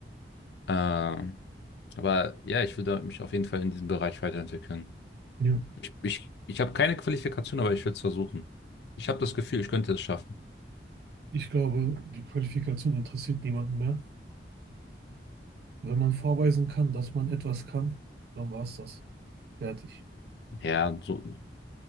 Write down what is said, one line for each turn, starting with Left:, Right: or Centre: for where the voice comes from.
Left: Ähm, aber ja, ich will da mich auf jeden Fall in diesem Bereich weiterentwickeln.
Right: ja.
Left: Ich, ich, ich habe keine Qualifikation, aber ich will es versuchen. Ich habe das Gefühl, ich könnte es schaffen.
Right: Ich glaube, die Qualifikation interessiert niemanden mehr. Wenn man vorweisen kann, dass man etwas kann, dann war es das. Fertig.
Left: Ja, so,